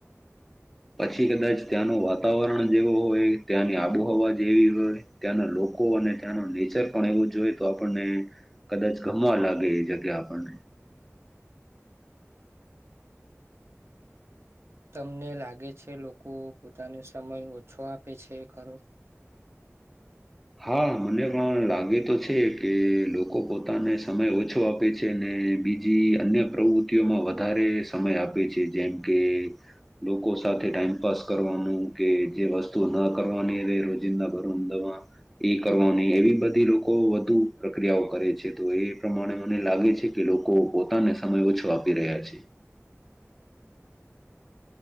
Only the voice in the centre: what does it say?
પછી કદાચ ત્યાંનું વાતાવરણ જેવું હોય ત્યાંની આબોહવા જેવી હોય ત્યાંના લોકો અને ત્યાંનો નેચર પણ એવું જોઈ તો આપણને કદાચ ગમવા લાગે એ જગ્યા આપણને.
હા મને પણ લાગે તો છે કે લોકો પોતાને સમય ઓછો આપે છે ને અને બીજી અન્ય પ્રવૃત્તિઓમાં વધારે સમય આપે છે જેમ કે લોકો સાથે ટાઈમપાસ કરવાનું કે જે વસ્તુ ના કરવાની હવે રોજિંદા ભરમ દાવા એ કરવાની એવી બધી લોકો વધુ પ્રક્રિયાઓ કરે છે તો એ પ્રમાણે મને લાગે છે કે લોકો લોકો પોતાને સમય ઓછો આપી રહ્યા છે.